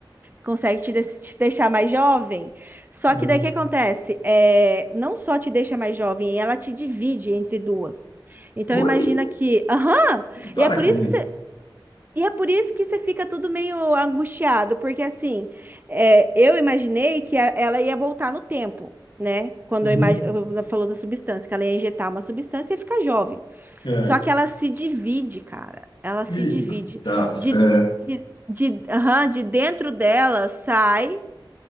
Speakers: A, on the right; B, on the left.
A: consegue te, des- te deixar mais jovem. Só
B: Uhum.
A: que daí o que acontece? É, não só te deixa mais jovem, ela te divide entre duas. Então
B: Oi,
A: imagina que, aham,
B: para
A: e é por
B: com
A: isso
B: isso.
A: que você e é por isso que você fica tudo meio angustiado, porque assim, é, eu imaginei que a- ela ia voltar no tempo, né? Quando
B: Uhum.
A: eu imag... eu- falou da substância, que ela ia injetar uma substância e ia ficar jovem.
B: É.
A: Só que ela se divide, cara. Ela se
B: Eita
A: divide.
B: fé.
A: De, de, de, aham, de dentro dela sai